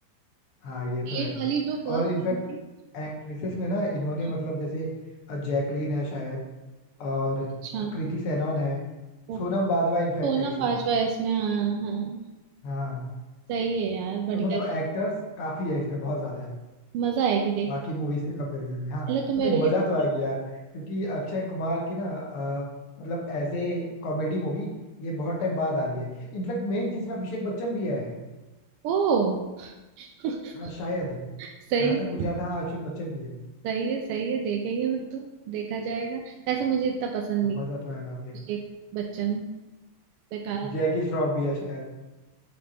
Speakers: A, on the left (about 80°); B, on the right (about 85°).
A: हाँ ये तो
B: बीएड
A: है
B: वाली जो फर्स्ट
A: और इनफैक्ट
B: फिल्म थी
A: एक्ट्रेसेस में ना इन्होंने
B: हाँ,
A: मतलब जैसे अ, जैकलीन है शायद और
B: अच्छा
A: कृति सेनन है
B: वो
A: सोनम बाजवा इनफैक्ट
B: सोनम
A: है इसमें
B: बाजवा है इसमें हाँ हाँ
A: हाँ
B: सही है यार बढ़िया
A: तो मतलब
B: रे
A: एक्टर्स काफी है इसमें बहुत ज्यादा है
B: मजा आएगी देख
A: बाकी मूवीज के कंपैरिजन में हाँ
B: पहले तो मैं
A: नहीं
B: रेट
A: मजा तो आएगी यार क्योंकि अक्षय कुमार की ना अ, मतलब एज ए कॉमेडी मूवी ये बहुत टाइम बाद आ रही है इनफैक्ट मेन चीज में अभिषेक बच्चन भी है
B: ओ <laughs>
A: हाँ शायद
B: सही
A: जहां तक मुझे याद है हाँ अभिषेक बच्चन भी है
B: सही है सही है देखेंगे फिर तो देखा जाएगा वैसे मुझे इतना पसंद
A: हाँ
B: नहीं
A: मजा
B: अभिषेक
A: तो आएगा आप देखना
B: बच्चन बेकार
A: जैकी श्रॉफ भी है शायद